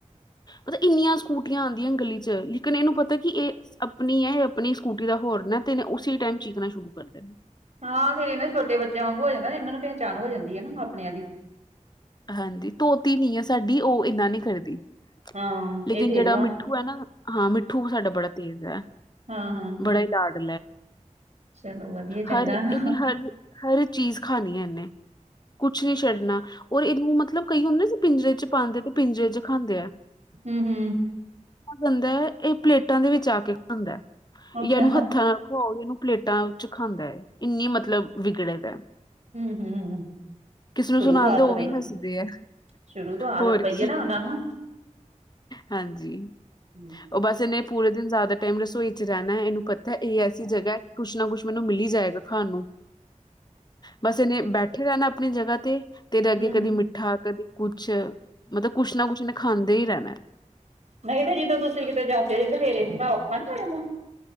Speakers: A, on the left; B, on the right.
A: ਮਤਲਬ ਇੰਨੀਆਂ ਸਕੂਟੀਆਂ ਆਉਂਦੀਆਂ ਗਲੀ ਚ ਲੇਕਿਨ ਇਹਨੂੰ ਪਤਾ ਕਿ ਇਹ ਆਪਣੀ ਹੈ, ਇਹ ਆਪਣੀ ਸਕੂਟੀ ਦਾ ਹੋਰ ਨਾ ਤੇਨ ਉਸੀ ਟਾਈਮ ਚੀਕਣਾ ਸ਼ੁਰੂ ਕਰ ਦੇ ਨੇ,
B: ਹਾਂ ਫੇਿਰ ਇਹ ਛੋਟੇ ਬੱਚਿਆਂ ਵਾਂਗ ਹੋ ਜਾਂਦਾ, ਇਹਨਾਂ ਨੂੰ ਪਹਿਚਾਣ ਹੋ ਜਾਂਦੀ ਹੈ ਨਾ, ਆਪਣਿਆਂ ਦੀ
A: ਹਾਂਜੀ ਧੋਤੀ ਨੀ ਹੈ, ਸਾਡੀ ਉਹ ਇਨਾ ਨੀ ਕਰਦੀ।
B: ਹਾਂ
A: ਲੇਕਿਨ
B: ਇਹ ਤੇਜ
A: ਜਿਹੜਾ
B: ਵਾ।
A: ਮਿੱਠੂ ਹੈ ਨਾ, ਹਾਂ ਮਿੱਠੂ ਸਾਡਾ ਬੜਾ ਤੇਜ਼ ਹੈ,
B: ਹਾਂ ਹਾਂ
A: ਬੜਾ ਇਲਾਜ
B: ਚਲੋ ਵਧੀਆ ਚੰਗਾ
A: ਹਰ ਇਹਨੇ
B: ਨਾ।
A: ਹਰ-ਹਰ ਚੀਜ਼ ਖਣੀ ਹੈ, ਇਹਨੇ ਕੁੱਛ ਨੀ ਛੱਡਣਾ ਔਰ ਇਹਨੂੰ ਮਤਲਬ, ਕਈ ਹੁੰਦੇ ਪਿੰਜਰੇ ਚ ਪਾਉਂਦੇ ਤੇ ਪਿੰਜਰੇ ਚ ਖਾਂਦੇ ਆ।
B: ਹੂੰ-ਹੂੰ,
A: ਜਾਂਦਾ ਇਹ ਪਲੇਟਾਂ ਦੇ ਵਿੱਚ ਆ ਕੇ ਖਾਂਦਾ,
B: ਅੱਛਾ
A: ਜਾਂ ਇਹਨੂੰ ਹੱਥਾਂ ਖੋ ਇਹਨੂੰ ਪਲੇਟਾਂ ਚ ਖਾਂਦਾ ਹੈ, ਇੰਨੀ ਮਤਲਬ ਵਿਗੜੇਦਾ
B: ਹੂੰ-ਹੂੰ,
A: ਨੂੰ
B: ਸ਼ੁਰੂ
A: ਸੁਣਾਉਂਦੇ
B: ਤੋਂ ਆਦਤ
A: ਉਹ
B: ਪਈ
A: ਵੀ
B: ਨਾ
A: ਹੱਸਦੇ ਆ
B: ਸ਼ੁਰੂ ਤੋਂ ਆਦਤ
A: ਹੋਰ
B: ਪਈ
A: ਕੀ
B: ਹੈ, ਨਾ ਉਹਨਾਂ ਨੂੰ
A: ਹਾਂਜੀ
B: ਹੂੰ
A: ਉਹ ਬਸ ਇਹਨੇ ਪੂਰੇ ਦਿਨ ਜ਼ਿਆਦਾ ਟਾਈਮ ਰਸੋਈ ਚ ਰਹਿਣਾ ਹੈ ਇਹਨੂੰ ਪਤਾ ਹੈ, ਇਹ ਐਸੀ ਜਗ੍ਹਾ ਹੈ ਕਿ ਕੁਛ ਨਾ ਕੁਛ ਮੈਨੂੰ ਮਿਲੀ ਜਾਏਗਾ, ਖਾਣ ਨੂੰ ਬਸ ਇਹਨੇ ਬੈਠੇ ਰਹਿ ਨਾ ਆਪਣੀ ਜਗ੍ਹਾ ਤੇ, ਤੇਰੇ
B: ਹੂੰ
A: ਅੱਗੇ ਕਦੀ ਮਿੱਠਾ ਕਦੇ ਕੁੱਛ ਮਤਲਬ ਕੁੱਛ ਨਾ ਕੁੱਛ ਇਹਨੇ ਖਾਂਦੇ ਹੀ ਰਹਿਣਾ
B: ਨਹੀਂ ਤੇ ਜਦੋਂ ਤੁਸੀਂ ਕਿਤੇ ਜਾਂਦੇ ਸੀ, ਤੇ ਫੇਰ ਇਹਨੂੰ ਤਾਂ ਔਖਾ ਨੀ ਹੋ ਜਾਣਾ।